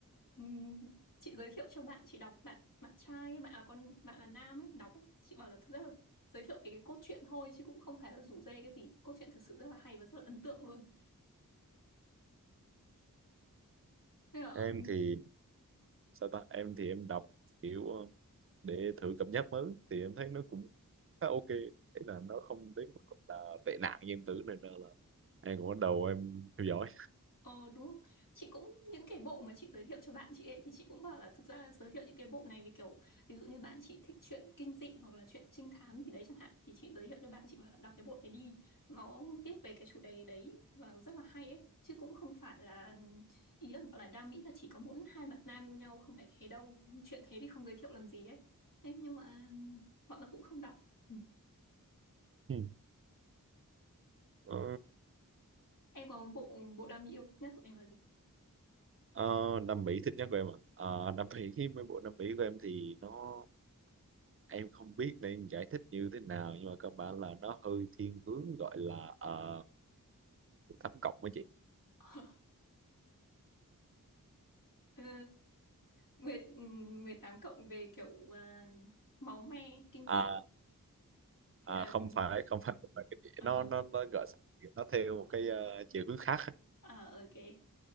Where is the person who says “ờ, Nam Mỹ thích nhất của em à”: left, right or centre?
Right